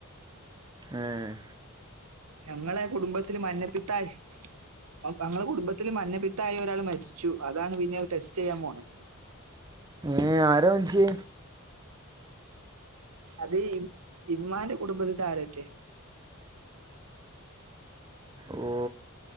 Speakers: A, on the right; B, on the right.
A: ആഹ.......
B: ഞങ്ങളെ കുടുംബത്തില് മഞ്ഞപ്പിത്തായ..... <unintelligible> ൽ മഞ്ഞപിത്ത ആയ ഒരാൾ മരിച്ചു അതാണ് പിന്നെ ടെസ്റ്റ് ചെയ്യാൻ പോണേ......
A: ഏ ആര മരിച്ചെ
B: അത് ഇമ്മാന്റെ കുടുംബത്തിത്തെ ആരറ്റെ
A: ഓ..